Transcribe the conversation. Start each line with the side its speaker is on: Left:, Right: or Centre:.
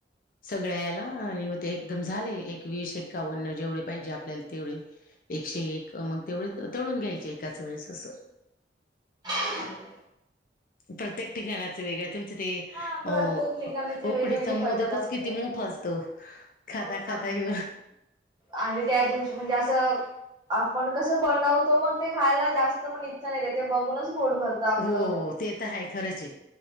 Left: सगळ्या याला आणि मग ते एकदम झाले एकवीस एकावन्न जेवढे पाहिजे आपल्याला तेवढे एकशे एक मग तेवढे तळून घ्यायचे एकाच वेळेस अस.
Right: बरोबर
Left: प्रत्येक
Right: तेच.
Left: ठिकाणाच वेगळ तुमचे ते
Right: हा
Left: अ
Right: प्रत्येक ठिकाणाची
Left: उकडी
Right: वेगवेगळी
Left: मोदकच
Right: पद्धत असते.
Left: किती मोठ असत
Right: हो
Left: खाता
Right: ना.
Left: खाता ए
Right: आणि त्या दिवशी म्हणजे अस आपण कस बनवतो मग ते खायला जास्त पण इच्छा नाही ते बघूनच पोट भरत आपल.
Left: हो ते हाय खरच हे.